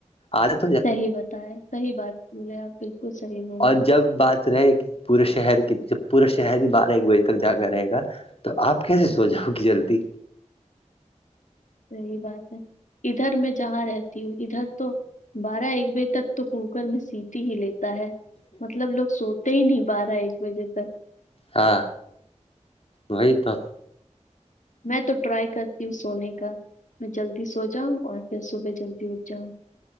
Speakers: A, on the left; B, on the left.
A: آدت
B: صحی بتائےیں صحی بات بولے آپ بالکل صحیح بولیں
A: اور جب بات رہے کہ پورے شہر کی پورا شہر ہی بارہ ایک بجے تک جا کر رہے گا تو آپ کیسے سو جاؤ گی جلدی
B: صحی بات ہے ادھر میں جہاں رہتی ہوں ادھر تو بارہ ایک بجے تک تو کوکر میں سیتی ہی لیتا ہے مطلب لوگ سوتے ہی نہیں بارہ ایک بجے تک
A: ہاں وہی تو
B: میں تو ٹرائی کرتی ہوں سونے کا میں جلدی سو جاؤں اور پھر صبح جلدی اٹھ جاؤں